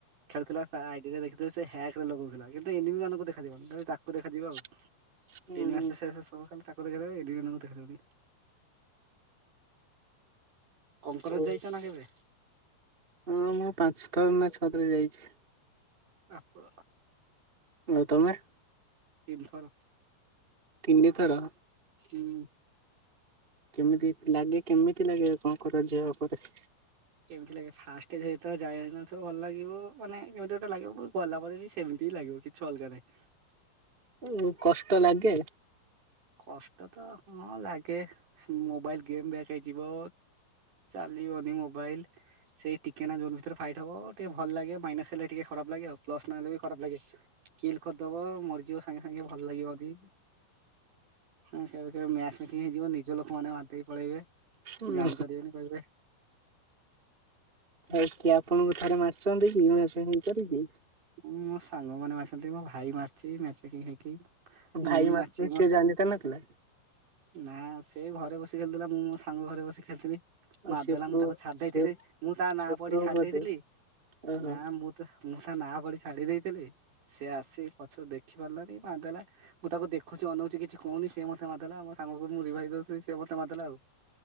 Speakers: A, on the right; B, on the right.
A: ଖେଳୁଥିଲା ତା ଆଇଡିରେ ଦେଖିଥିଲେ ସେ ହ୍ୟାକ ରେ ଲଗଉଥିଲା। ଏବେ ଏନିମି ମାନଙ୍କୁ ଦେଖାଯିବନି ଖାଲି ତାକୁ ଦେଖାଯିବ ଆଉ।
B: <unintelligible> ହୁଁ
A: ତିନି ମାସ ଶେଷ ସବୁ ଖାଲି ତାକୁ ଦେଖିଦେବ ଏ <unintelligible> କଲେଜ
B: ଓ
A: ଯାଇଚ ନା କେବେ?
B: ହଁ ମୁଁ ପାଞ୍ଚ ଥର ନା ଛଅ ଥର ଯାଇଚି।
A: ଆପ
B: ଆଉ ତମେ?
A: ତିନଥର।
B: ତିନି ଥର।
A: ହୁଁ।
B: କେମିତି ଲାଗେ କେମିତି ଲାଗେ କଣ କର ଝିଅ କରେ?
A: କେମିତି ଲାଗେ ଫାଷ୍ଟ ଯେତେବେଳେ ଯାଇନଥିବ ଭଲ ଲାଗିବ ମାନେ କେମିତି ଗୋଟେ ଲାଗିବ ଗଲା ପରେ ବି ସେମତି ବି ଲାଗିବ କି। କିଛି ଅଲଗା ନାହିଁ।
B: ହୁଁ କଷ୍ଟ ଲାଗେ।
A: କଷ୍ଟ ତ ହଁ ଲାଗେ ମୋବାଇଲ ଗେମ୍ ବ୍ୟାକ ହେଇଯିବ ଚାଲିିବନି ମୋବାଇଲ ସେଇ ଟିକେ ନା ଜୋନ୍ ଭିତରେ ଫାଇଟ୍ ହବ ଟିକେ ଭଲ ଲାଗେ ମାଇନାସ ହେଲେ ଟିକେ ଖରାପ ଲାଗେ ଆଉ ପ୍ଲସ ନହେଲେ ବି ଖରାପ ଲାଗେ। ଚିଲ୍ କରିଦେବ ମରିଯିବ ସାଙ୍ଗେ ସାଙ୍ଗେ ଭଲ ଲାଗିବ ବି <inaudible> ହେଇଯିବ ନିଜ ଲୋକମାନେ ମାରିଦେଇକି ପଳେଇବେ
B: ଉଁ
A: ଜାଣିପାରିବେନି କହିବେ
B: ଆଉ କିଏ ଆପଣଙ୍କ ଠାରେ ମାରିଛନ୍ତି <unintelligible>
A: ଉଁ ମୋ ସାଙ୍ଗ ମାନ ମାରିଛନ୍ତି ମୋ ଭାଇ ମାରିଛି ମେଚେକି <unintelligible> ହେଇକି। ମୁଁ
B: ଭାଇ
A: ବି
B: କି ମାରୁଥିଲେ
A: ମାରିଛି ମୋ
B: ସେ ଜାଣି <unintelligible>
A: ନା ସେ ଘରେ ବସି ଖେଳୁଥିଲା ମୁଁ ମୋ ସାଙ୍ଗ ଘରେ ବସି ଖେଳୁଥିଲି
B: ଆଉ
A: ମାରିଦେଲା
B: ସେ ପୁଅ
A: ମୁଁ ତାକୁ ଛାଡି ଦେଇଥିଲି
B: ସେ
A: ମୁଁ ତା ନାଁ
B: ସେ
A: ପଢି
B: ପ୍ରୋ
A: ଛାଡି
B: ବୋଧେ
A: ଦେଇଥିଲି
B: ଓହୋ
A: ନା ମୁଁ ମୁଁ ତା ନା ପଢ଼ି ଛାଡି ଦେଇଥିଲି ସେ ଆସି ପଛରୁ ଦେଖି ପାରିଲନି ମାରିଦେଲା ମୁଁ ତାକୁ ଦେଖୁଛି ଅନଉଛି କିଛି କହୁନି ସେ ମତେ ମାରିଦେଲା। ମୋ ସାଙ୍ଗ କୁ ମୁଁ ରିଭାଇସ୍ ଦଉଥିଲି ସେ ମତେ ମାରିଦେଲା ଆଉ।